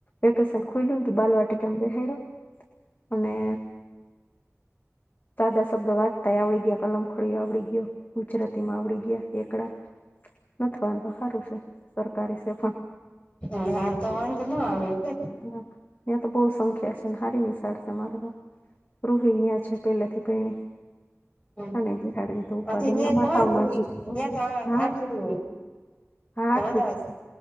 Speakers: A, on the left; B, on the left.
A: વેકેશન ખુલ્યું ને બાલવાટીકા માં બેહાડ્યો. અને સાદા શબ્દ વાચતાય આવડી ગયા કલમ ખોડી આવડી ગયો ગુજરાતી માં આવડી ગયા એકડા. નથ વાંધો હારું છે સરકારી છે પણ
B: હા હા તો વાંધો નો આવે એટલે.
A: હા ત્યાં તો બહુ સંખ્યા છે. ને હારી નિશાળશે મારે તો થઈ યા છે. પેહેલેથી પૈણી
B: હજી
A: અને બિહાડ ની તો ઉપાધિ
B: ન્યા જ
A: માથાના
B: ભણે રોહી
A: જ
B: ન્યા તો
A: હા
B: આઠરું
A: હા
B: હોય
A: આઠ સુધી
B: તો
A: છે.